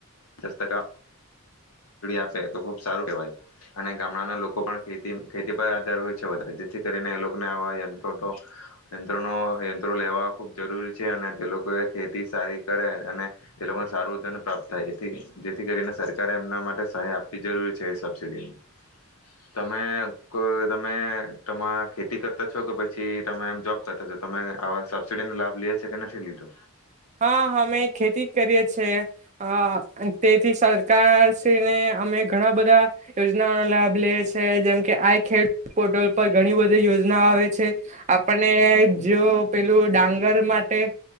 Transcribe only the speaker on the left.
સબડી આપે તો ખબ સારું કવાય અને ગામડાના લોકો પણ ખેતી ખેતી પર આધાર હોય છે વધારે જેથી કરીને એ લોકોને આવા યંત્રો યંત્રોનો યંત્રો લેવા ખૂબ જરૂરી છે અને તે લોકો એ ખેતી સારી કરે અને તે લોકોને સારું ધન પ્રાપ્ત થાય એથી જેથી કરીને સરકારે એમના માટે સહાય આપવી જરૂરી છે એ સબસીિડીની તમે કો તમે તમારા ખેતી કરતા છો કે પછી તમે જોબ કરતા છો તમે આવા સબસડી લાભ લી છે કે નથી લીધો